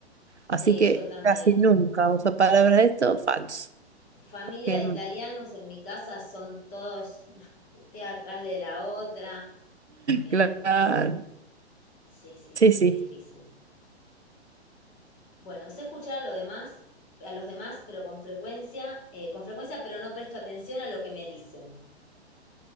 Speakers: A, on the left; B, on the right.
A: Sí,
B: Así que
A: yo también.
B: casi nunca uso palabras de esto, falso.
A: Familia
B: Que-
A: de italianos en mi casa son todos <laughs> una putea atrás de la otra. Eh,
B: Claro,
A: sí, sí,
B: sí,
A: sí,
B: sí.
A: es difícil. Bueno, sé escuchar a lo demás, a los demás, pero con frecuencia, eh, con frecuencia, pero no presto atención a lo que me dicen.